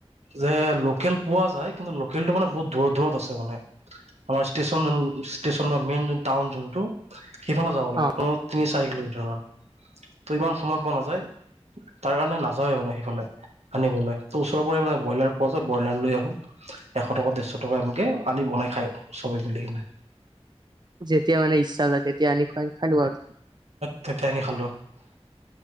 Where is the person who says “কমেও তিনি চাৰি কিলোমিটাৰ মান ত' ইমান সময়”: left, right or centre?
Right